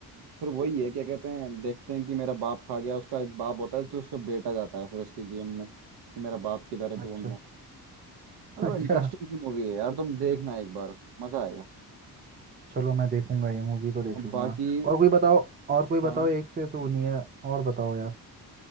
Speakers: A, on the right; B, on the right.
A: फिर वही है क्या कहते हैं देखते हैं कि मेरा बाप खा गया उसका एक बाप होता है तो उसका बेटा जाता है फिर उसकी गेम में कि मेरा बाप किधर है ढूंढने
B: अच्छा
A: मतलब
B: <laughs> अच्छा
A: इंटरेस्टिंग सी मूवी है यार तुम देखना एक बार मजा आएगा
B: चलो मैं देखूंगा ये मूवी तो देख
A: और
B: लूंगा
A: बाकी
B: और कोई बताओ और कोई बताओ
A: हाँ
B: एक से तो नहीं है और बताओ यार